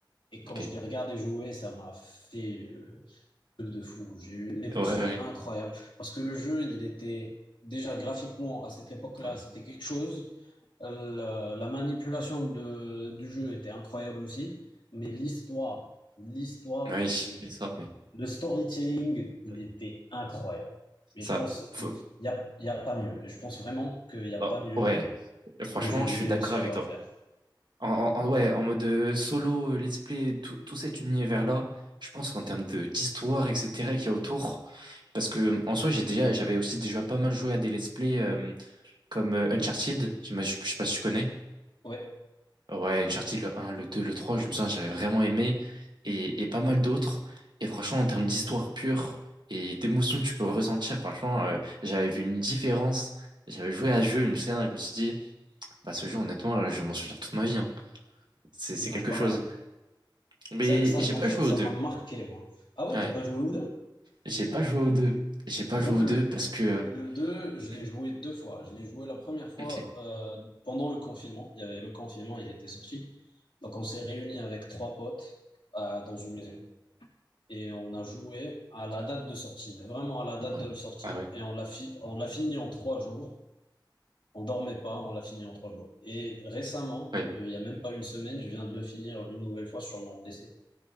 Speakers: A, on the left; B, on the right.
A: Et quand
B: Ok.
A: je l'ai regardé jouer, ça m'a fait, euh, de fou. J'ai eu une émotion
B: Ouais, ouais.
A: incroyable. Parce que le jeu, il était déjà graphiquement à cette époque-là,
B: Ouais.
A: c'était quelque chose. La, la manipulation de, du jeu était incroyable aussi. Mais l'histoire, l'histoire,
B: Ouais, Oui,
A: c'est.
B: c'est ça. Ouais.
A: Le storytelling, il
B: Mm.
A: était incroyable.
B: C'est
A: Mais je
B: ça.
A: pense,
B: Faut-
A: il n'y a, il y a pas mieux. Et Je pense vraiment qu'il n'y a
B: oh,
A: pas mieux
B: ouais. Franchement,
A: comme jeu vidéo
B: je suis d'accord
A: solo
B: avec
A: à
B: toi.
A: faire.
B: En, en- en- ouais, en mode euh, solo, euh, let's play, tout, tout cet univers-là, je pense qu'en termes de d'histoire, etc., qu'il y a autour, parce que en soi, j'ai déjà, j'avais aussi déjà pas mal joué à des let's play euh, comme euh, Uncharted, je, sais pas je sais pas si tu connais.
A: Ouais,
B: Ouais, Uncharted, le un le deux le trois je me souviens, j'avais vraiment aimé, et, et pas mal d'autres. Et franchement, en termes d'histoire pure et d'émotion que tu peux ressentir, franchement, euh, j'avais vu une différence. J'avais joué à ce jeu, je me souviens, je me suis dit, bah, ce jeu, honnêtement, je vais m'en souvenir toute ma vie. hein. C'est
A: ouais,
B: c'est quelque
A: pareil.
B: chose. Mais
A: Ça, ça,
B: j'ai pas
A: en fait,
B: joué
A: ça
B: aux deux.
A: m'a marqué, moi. Ah ouais,
B: Ouais.
A: t'as pas joué aux deux?
B: J'ai pas joué aux deux. J'ai pas
A: Moi,
B: joué aux
A: le,
B: deux parce que.
A: le 2
B: <clears throat>
A: je l'ai
B: euh,
A: joué deux fois. Je l'ai joué la première fois
B: Ok.
A: euh, pendant le confinement. Il y avait le confinement, il était sorti. Donc, on s'est réunis avec trois potes euh, dans une maison. Et on a joué à la date de sortie, mais vraiment à la date
B: Ouais.
A: de sortie.
B: Ah ouais.
A: Et on l'a fi- on l'a fini en trois jours. On dormait pas, on l'a fini en trois jours. Et récemment,
B: Ouais.
A: euh, il y a même pas une semaine, je viens de le finir une nouvelle fois sur mon PC.